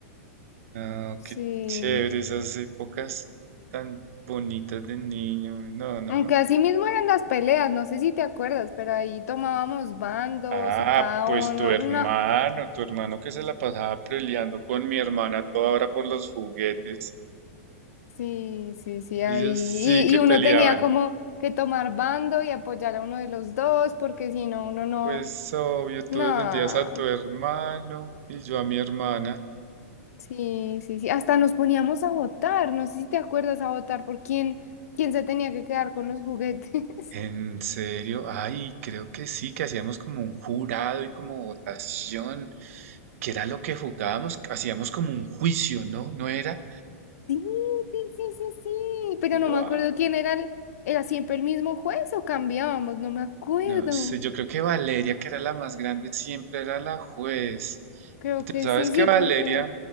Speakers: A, on the right; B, on the left.
A: No,
B: sí.
A: qué chévere, esas épocas tan bonitas de niño. No, no,
B: Aunque
A: no.
B: así mismo eran las peleas, no sé si te acuerdas, pero ahí tomábamos bandos
A: Ah,
B: y cada
A: pues
B: uno,
A: tu hermano,
B: no,
A: tu hermano que se la pasaba peleando con mi hermana a toda hora por los juguetes.
B: sí, sí, sí, ahí.
A: Ellos
B: Y,
A: sí que
B: y
A: peleaban.
B: uno tenía como que tomar bando y apoyar a uno de los dos, porque si no, uno no,
A: Pues obvio, tú
B: no,
A: defendías a tu hermano y yo a mi hermana.
B: sí, sí, sí. Hasta nos poníamos a votar, no sé si te acuerdas a votar por quién, quién se tenía que quedar con los juguetes.
A: ¿En serio? Ay, creo que sí, que hacíamos como un jurado y como votación, que era lo que jugábamos, hacíamos como un juicio, ¿no? ¿No era?
B: Sí, sí, sí, sí, sí, pero
A: ¡Wow!
B: no me acuerdo quién era el, era siempre el mismo juez o cambiábamos, no me acuerdo.
A: No sé, yo creo que Valeria, que era la más grande, siempre era la juez.
B: Creo
A: Y tú
B: que
A: sabes
B: sí,
A: que
B: sí,
A: Valeria
B: porque